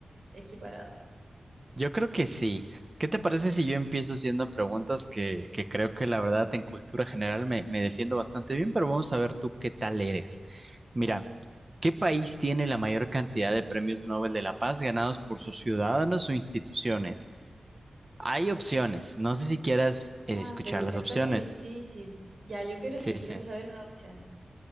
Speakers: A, on the right (about 65°); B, on the right (about 25°).
A: equiparados.
B: Yo creo que sí. ¿Qué te parece si yo empiezo haciendo preguntas que, que creo que la verdad en cultura general me, me defiendo bastante bien, pero vamos a ver tú qué tal eres. Mira, ¿qué país tiene la mayor cantidad de premios Nobel de la Paz ganados por sus ciudadanos o instituciones? Hay opciones. No sé si quieras eh,
A: Ah,
B: escuchar
A: pero empezaste
B: las opciones.
A: difícil. Ya, yo quiero sí,
B: Sí, sí.
A: quiero saber las opciones.